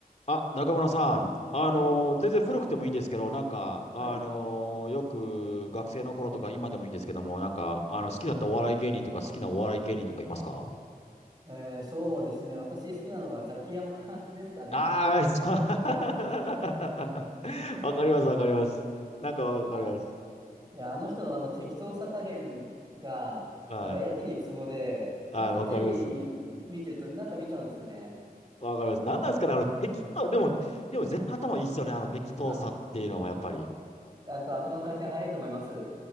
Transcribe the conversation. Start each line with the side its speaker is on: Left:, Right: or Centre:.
Left: あ、中村さん、あのー全然古くてもいいんですけど、
Right: はい。
Left: なんか、あのーよく学生の頃とか今でもいいんですけども、
Right: はい。
Left: なんか、あの、
Right: はい。
Left: 好きだったお笑い芸人とか好きなお笑い芸人とかいますか
Right: えー、そうですね。私好きなのはザキヤマ <laughs> ですかね。
Left: ああー、そう
Right: <laughs>
Left: <laughs> わかります、わかります。なんかわかります。
Right: あ、いや、あの人のあの適当さ加減が、
Left: はい。
Right: なんかやけにツボで、
Left: はい、
Right: なんかテレビ見てるとなんか見ちゃうんですよね。
Left: わかります。わかります。なんなんですかね、あの、適当、でも、でも絶対頭いいっすよね、あの適当さっていうのもやっぱり。
Right: あ、やっぱ頭の回転早いと思います。